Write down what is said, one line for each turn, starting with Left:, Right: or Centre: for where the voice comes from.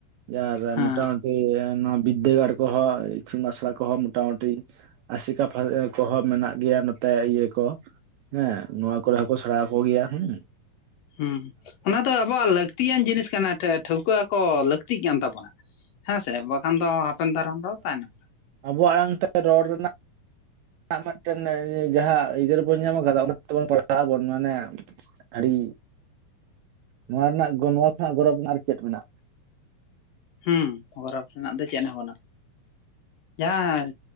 Right: ᱟᱨ
Left: ᱦᱮᱸ
Right: ᱢᱚᱴᱟᱢᱩᱼᱼ ᱤᱭᱟ. ᱱᱚᱣᱟ ᱵᱤᱫᱟᱹᱜᱟᱲ ᱠᱚᱦᱚ ᱤᱛᱩᱱ ᱟᱥᱲᱟ ᱠᱚᱦᱚ ᱢᱳᱴᱟᱢᱩᱴᱤ ᱾ ᱟᱥᱮᱠᱟ ᱠᱚᱦᱚᱸ ᱢᱮᱱᱟᱜ ᱜᱮᱭᱟ ᱱᱚᱛᱮ ᱤᱭᱟᱹ ᱠᱚ ᱦᱮᱸ ᱱᱚᱣᱟ ᱠᱚᱨᱮ ᱦᱚᱸᱠᱚ ᱥᱮᱬᱟᱠᱚ ᱾ ᱩᱬᱭᱟ ᱦᱩᱸ
Left: ᱦᱩᱸ ᱚᱱᱟ ᱫᱚ ᱟᱵᱚᱣᱟᱜ ᱞᱟᱹᱠᱛᱤᱭᱟᱱ ᱡᱤᱱᱤᱥ ᱠᱟᱱᱟ ᱴᱷᱟᱹᱣᱠᱟᱹ ᱟᱠᱚ ᱞᱟᱹᱠᱛᱤᱜ ᱠᱟᱱ ᱛᱟᱵᱚᱱᱟ ᱾ ᱦᱮᱸ ᱥᱮ ᱵᱟᱠᱷᱟᱱ ᱫᱚ ᱦᱟᱯᱮᱱ ᱫᱟᱨᱟᱢ ᱫᱚ ᱛᱟᱦᱮᱱᱚᱜ ᱾
Right: ᱟᱵᱳᱣᱟᱜ ᱟᱲᱟᱝ ᱛᱮ ᱨᱚᱲ ᱨᱮᱱᱟᱜᱼᱼ ᱢᱤᱫᱴᱮᱱ ᱡᱟᱦᱟᱸ ᱟ. ᱫᱟᱹᱨ ᱵᱚᱱ ᱧᱟᱢ ᱠᱟᱫᱟ ᱚᱱᱟ ᱛᱮᱵᱚᱱ ᱯᱟᱲᱦᱟ. ᱜ ᱟᱵᱚᱱ ᱢᱟᱱᱮᱼᱼ ᱟᱹᱰᱤ ᱱᱚᱣᱟ ᱨᱮᱱᱟᱜ ᱱᱚᱣᱟ ᱠᱷᱚᱱᱟᱜ ᱜᱚᱨᱚᱵᱽ ᱨᱮᱱᱟᱜ ᱟᱨ ᱪᱮᱫ ᱢᱮᱱᱟᱜᱼᱟ ᱾
Left: ᱦᱩᱸ ᱜᱚᱨᱚᱵᱽ ᱨᱮᱱᱟᱜ ᱫᱚ ᱪᱮᱫ ᱦᱚᱸ ᱵᱟᱱᱩᱜᱟ, ᱡᱟᱦᱟᱸᱼᱼ